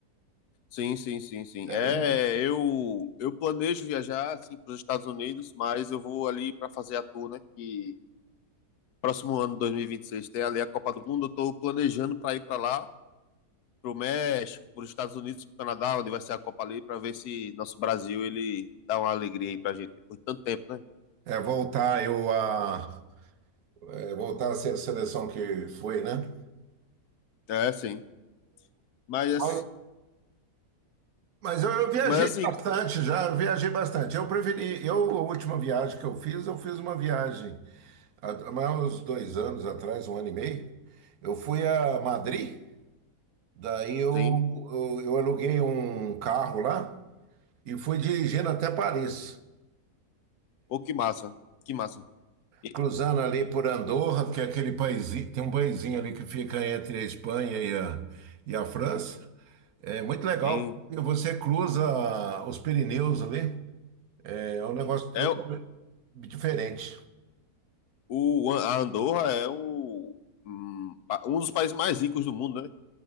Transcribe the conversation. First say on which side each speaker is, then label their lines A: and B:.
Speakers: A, on the left; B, on the right.
A: Sim, sim, sim, sim.
B: Daí
A: É, eu eu planejo viajar assim para os Estados Unidos, mas eu vou ali para fazer a tour, né, que próximo ano, 2026, tem ali a Copa do Mundo. Eu tô planejando para ir para lá, pro México, pros Estados Unidos, pro Canadá, onde vai ser a Copa ali, para ver se nosso Brasil ele dá uma alegria aí pra gente depois de tanto tempo, né?
B: é voltar eu a é, voltar a ser a seleção que foi, né?
A: É, sim. Mas, ass-
B: Olha, Mas eu, eu viajei
A: mas assim,
B: bastante, já viajei bastante. Eu preferi, eu, a última viagem que eu fiz, eu fiz uma viagem há há mais uns dois anos atrás, um ano e meio. Eu fui a Madrid, daí eu,
A: sim.
B: eu, eu aluguei um carro lá e fui dirigindo até Paris,
A: Pô, que massa. Que massa. E
B: cruzando ali por Andorra, que é aquele país, tem um paísinho ali que fica entre a Espanha e a, e a França. É muito legal,
A: Tem.
B: porque você cruza os Pirineus ali, é
A: assim,
B: um negócio totalmente
A: É o,
B: diferente.
A: o- a Andorra é o hum, pa- um dos países mais ricos do mundo, né?